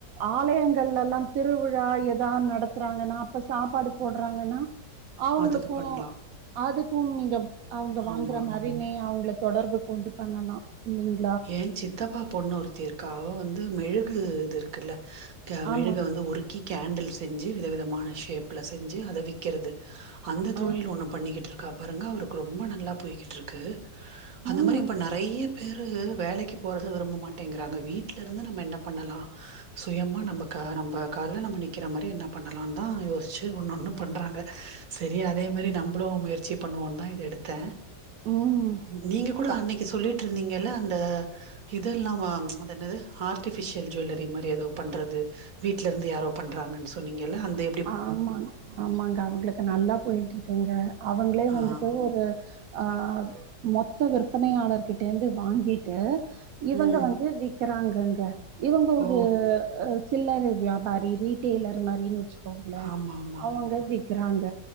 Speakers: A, on the right; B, on the right.
A: ஆலயங்கள்லெல்லா திருவிழா ஏதா நடத்துறாகன்னா அப்ப சாப்பாடு போடுறாங்கன்னா அவங்களுக்கு
B: அதுக்கு பண்லா
A: அதுக்கு நீங்க அவங்க வாங்கற
B: ஆமா
A: மாரி ரிநே அவங்கள தொடர்பு கொண்டு பண்ணலா இல்ல
B: ஏன் சித்தப்பா பொண்ணு ஒருத்தி இருக்கா அவ வந்து மெழுகு இது இருக்குல்ல ஹ மெழுக
A: ஆமா.
B: வந்து உருக்கி கேண்டில் செஞ்சு வித விதமான ஷேப்ல செஞ்சு அதை விக்கிறது அந்த
A: ஆ.
B: தொழில் ஒண்ணு பண்ணிக்கிட்டு இருக்கா பாருங்க அவருக்கு ரொம்ப நல்லா போய்கிட்டு இருக்கு அந்த
A: ம்.
B: மாரி இப்ப ந நிறைய பேரு வேலைக்கு போறத விரும்ப மாட்டேங்கிறாங்க வீட்டு்ல இருந்து நம்ம என்ன பண்ணலாம் சுயமா நம்ப க நம்ப கால்ல நம்ப நிக்கிற மாரி என்ன பண்ணலான் தான் யோசிச்சு ஒண்ணு ஒண்ணு பண்றாங்க சரி அதே மாரி நம்முளும் முயற்சி பண்ணுவோன்னு தான் இத எடுத் த
A: ம்.
B: நீங்க கூட
A: க
B: அன்னைக்கு சொல்லிட்டு இருந்தீங்கல்ல அந்த இது இல்லாம அது என்னது ஆர்ட்டிஃபிஷியல் ஜுவல்லரி மாரி ஏதோ பண்றது வீட்ல இருந்து யாரோ பண்றாங்கன்னு சொன்னீங்கல்ல அந்தே
A: ஆமாங் ஆமாங்க அவங்களுக்கு நல்லா போயிட்டு இருக்குங்க அவங்களே
B: ஆ.
A: வந்துட்டு ஒரு ஆ மொத்த விற்பனையாளர்கிட்டே இருந்து வாங்கிட்டு இவங்க
B: ம்.
A: வந்து வி விக்கிறாங்கங்க இவங்க ஒரு
B: ஓ!
A: சில்லரை வியாபாரி ரீடெய்லர் மாரின்னு வச்சு ல
B: ஆமாமா.
A: அவங்க விக்கிறாங்க